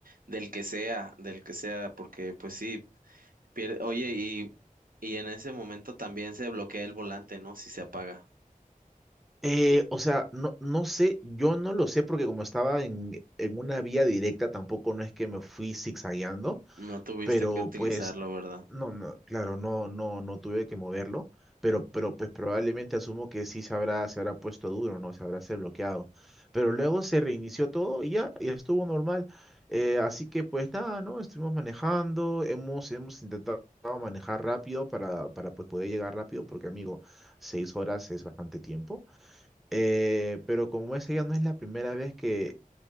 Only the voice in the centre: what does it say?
Eh, o sea, no, no sé, yo no lo sé porque como estaba en, en una vía directa, tampoco no es que me fui zigzagueando,
pero
pues
No, no, claro, no, no, no tuve que moverlo, pero, pero pues probablemente asumo que sí se habrá, se habrá puesto duro, ¿no? Se habrá se bloqueado. Pero luego se reinició todo y ya, y estuvo normal. Eh, así que pues nada, ¿no? Estuvimos manejando, hemos, hemos intentado manejar rápido para, para pues poder llegar rápido, porque amigo, seis horas es bastante tiempo. Eh, pero como esa ya no es la primera vez que,